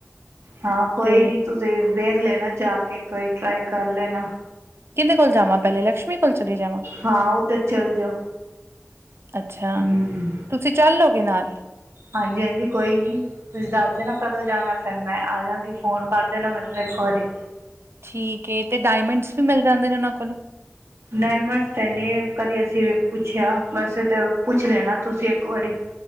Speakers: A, on the right; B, on the right.
A: ਹਾਂ ਕੋਈ
B: ਤੇ
A: ਨੀ ਤੁਸੀਂ ਵੇਖ ਲੈਣਾ ਜਾ ਕੇ ਇੱਕ ਵਾਰੀ, ਟਰਾਈ ਕਰ ਲੈਣਾ।
B: ਕਿੰਦੇ ਕੋਲ ਜਾਵਾਂ ਪਹਿਲੇ, ਲਕਸ਼ਮੀ ਕੋਲ ਚਲੀ ਜਾਵਾਂ।
A: ਹਾਂ ਉੱਧਰ ਚੱਲ ਜਾਓ
B: ਅੱਛਾ,
A: ਹੂੰ
B: ਤੁਸੀਂ ਚੱਲ ਲਓਗੇ ਨਾਲ।
A: ਹਾਂਜੀ-ਹਾਂਜੀ ਕੋਈ ਨਹੀਂ। ਤੁਸੀਂ ਦੱਸਦੇ ਨਾ ਕਦੋਂ ਜਾਣਾ ਫੇਰ, ਮੈਂ ਆ ਜਾਗੀ ਫੋਨ ਕਰ ਦੇ ਨਾ ਮੈਨੂੰ ਇੱਕ ਵਾਰੀ।
B: ਠੀਕ ਏ ਤੇ ਡਾਇਮੰਡਸ ਵੀ ਮਿਲ ਜਾਂਦੇ ਨੇ, ਉਹਨਾਂ ਕੋਲੋ
A: ਡਾਇਮੰਡਸ ਤੇ ਨੀ ਕਦੇ ਅਸੀਂ ਵੀ ਪੁੱਛਿਆ, ਵੈਸੇ ਤਾਂ ਪੁੱਛ ਲੈਣਾ ਤੁਸੀਂ ਇੱਕ ਵਾਰੀ।